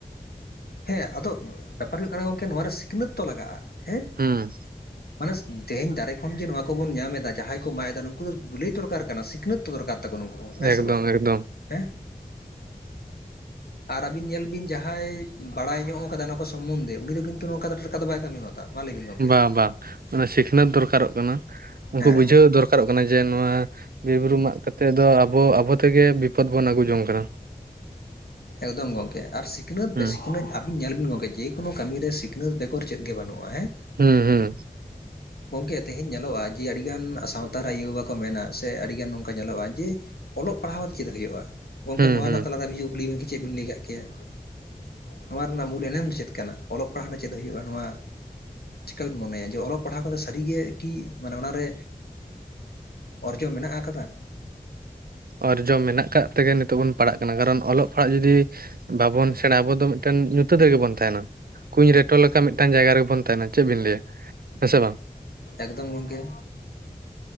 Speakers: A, on the left; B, on the right.
A: ᱦᱮᱸ ᱟᱫᱚ ᱵᱮᱯᱟᱨ ᱦᱩᱭᱩᱜ ᱠᱟᱱᱟ ᱜᱚᱝᱠᱮ ᱱᱚᱣᱟ ᱨᱮ ᱥᱤᱠᱷᱱᱟᱹᱛ ᱛᱚ ᱞᱟᱜᱟᱜᱼᱟ ᱦᱮᱸ
B: ᱦᱩᱸ
A: ᱢᱟᱱᱮ ᱛᱮᱦᱮᱧ ᱫᱟᱨᱮ ᱠᱷᱚᱱ ᱡᱮ ᱱᱚᱣᱟ ᱠᱚᱵᱚᱱ ᱧᱟᱢ ᱮᱫᱟ ᱡᱟᱦᱟᱸᱭ ᱠᱚ ᱢᱟᱜ ᱮᱫᱟ ᱱᱩᱠᱩ ᱫᱚ ᱞᱟᱹᱭ ᱫᱚᱨᱠᱟᱨ ᱠᱟᱱᱟ ᱥᱤᱠᱷᱱᱟᱹᱛ ᱫᱚᱨᱠᱟᱨ ᱛᱟᱠᱚ ᱱᱩᱝ ᱦᱮᱸ
B: ᱮᱠᱫᱚᱢ
A: ᱥᱮ ᱵᱟ
B: ᱮᱠᱫᱚᱢ
A: ᱦᱮᱸ ᱟᱨ ᱟᱹᱵᱤᱱ ᱧᱮᱞ ᱵᱤᱱ ᱡᱟᱦᱟᱸᱭ ᱵᱟᱲᱟᱭ ᱧᱚᱜ ᱟᱠᱟᱫᱟ ᱥᱚᱢᱚᱱᱫᱷᱮ ᱩᱱᱤ ᱫᱚ ᱠᱤᱱᱛᱩ ᱱᱚᱝᱠᱟ ᱴᱟᱴᱠᱟ ᱫᱚ ᱵᱟᱭ ᱠᱟᱹᱢᱤ ᱜᱚᱫᱟ ᱢᱟ ᱞᱟᱹᱭ ᱵᱤᱱ ᱜᱚᱝᱠᱮ
B: ᱵᱟᱝ ᱵᱟᱝ ᱚᱱᱟ ᱥᱤᱠᱷᱱᱟᱹᱛ ᱫᱚᱨᱠᱟᱨᱚᱜ ᱠᱟᱱᱟ ᱩᱱᱠᱩ
A: ᱦᱮᱸ
B: ᱵᱩᱡᱷᱟᱹᱣ ᱫᱚᱨᱠᱟᱨᱚᱜ ᱠᱟᱱᱟ ᱡᱮ ᱱᱚᱣᱟ ᱵᱤᱨᱼᱵᱩᱨᱩ ᱢᱟᱜᱠᱟᱛᱮᱜ ᱫᱚ ᱟᱵᱚ ᱟᱵᱚ ᱛᱮᱜᱮ ᱵᱤᱯᱚᱫᱽ ᱵᱚᱱ ᱟᱹᱜᱩ ᱡᱚᱝ ᱠᱟᱱᱟ
A: ᱮᱠᱫᱚᱢ ᱜᱚᱝᱠᱮ ᱟᱨ ᱥᱤᱠᱷᱱᱟᱹᱛ
B: ᱦᱩᱸ
A: ᱵᱮᱥᱤ ᱥᱤᱠᱷᱱᱟᱹᱛ ᱟᱹᱵᱤᱱ ᱧᱮᱞ ᱵᱤᱱ ᱜᱚᱝᱠᱮ ᱡᱮᱠᱳᱱᱳ ᱠᱟᱹᱢᱤ ᱨᱮ ᱥᱤᱠᱷᱱᱟᱹᱛ ᱵᱮᱜᱚᱨ ᱪᱮᱫ ᱜᱮ ᱵᱟᱹᱱᱩᱜᱼᱟ ᱦᱮᱸ
B: ᱦᱮᱸ ᱦᱮᱸ
A: ᱜᱚᱢᱠᱮ ᱛᱮᱦᱮᱧ ᱧᱮᱞᱚᱜᱼᱟ ᱡᱮ ᱟᱹᱰᱤᱜᱟᱱ ᱥᱟᱶᱛᱟᱨᱮ ᱟᱭᱳ ᱵᱟᱵᱟᱠᱚ ᱢᱮᱱᱟ ᱥᱮ ᱟᱹᱰᱤᱜᱟᱱ ᱱᱚᱝᱠᱟ ᱧᱮᱞᱚᱜᱼᱟ ᱡᱮ ᱚᱞᱚᱜ ᱯᱟᱲᱦᱟᱣ ᱠᱟᱛᱮᱜ ᱪᱮᱫ ᱦᱩᱭᱩᱜᱼᱟ? ᱜᱚᱢᱠᱮ
B: ᱦᱩᱸ
A: ᱱᱚᱣᱟ
B: ᱦᱩᱸ
A: ᱨᱮᱱᱟᱜ ᱛᱮᱞᱟᱨᱮ ᱟᱹᱵᱤᱱ ᱠᱩᱞᱤ ᱵᱤᱱ ᱠᱮᱭᱟ ᱪᱮᱫ ᱵᱤᱱ ᱞᱟᱹᱭ ᱠᱟᱜ ᱠᱮᱭᱟ ᱱᱚᱣᱟ ᱨᱮᱱᱟᱜ ᱢᱩᱞ ᱮᱱᱮᱢ ᱫᱚ ᱪᱮᱫ ᱠᱟᱱᱟ ᱚᱞᱚᱜ ᱯᱟᱲᱦᱟᱜ ᱨᱮᱱᱟᱜ ᱪᱮᱫ ᱦᱩᱭᱩᱜᱼᱟ ᱱᱚᱣᱟ ᱪᱤᱠᱠᱟ ᱵᱮᱱ ᱢᱚᱱᱮᱭᱟ ᱡᱮ ᱚᱞᱚᱜ ᱯᱟᱲᱦᱟᱣ ᱠᱟᱛᱮ ᱥᱟᱹᱨᱤᱜᱮ ᱠᱤ ᱢᱟᱱᱮ ᱚᱱᱟᱨᱮ ᱚᱨᱡᱚ ᱢᱮᱱᱟᱜ ᱟᱠᱟᱫᱟ
B: ᱚᱨᱡᱚ ᱢᱮᱱᱟᱜ ᱠᱟᱫ ᱛᱮᱜᱮ ᱱᱤᱛᱚᱜ ᱵᱚᱱ ᱯᱟᱲᱟᱜ ᱠᱟᱱᱟ ᱠᱟᱨᱚᱱ ᱚᱞᱚᱜ ᱯᱟᱲᱦᱟᱜ ᱡᱚᱫᱤ ᱵᱟᱵᱚᱱ ᱥᱮᱬᱟ ᱟᱵᱚ ᱫᱚ ᱢᱤᱫᱴᱮᱱ ᱧᱩᱛᱟᱹᱛ ᱜᱮᱵᱚᱱ ᱛᱟᱦᱮᱱᱟ ᱠᱩᱸᱧ ᱨᱮᱴᱚ ᱞᱮᱠᱟ ᱢᱤᱫᱴᱟᱱ ᱡᱟᱭᱜᱟ ᱨᱮᱵᱚᱱ ᱛᱟᱦᱮᱱᱟ ᱪᱮᱫ ᱵᱤᱱ ᱞᱟᱹᱭᱟ ᱦᱮᱸ ᱥᱮ ᱵᱟᱝ
A: ᱮᱠᱫᱚᱢ ᱜᱚᱢᱠᱮ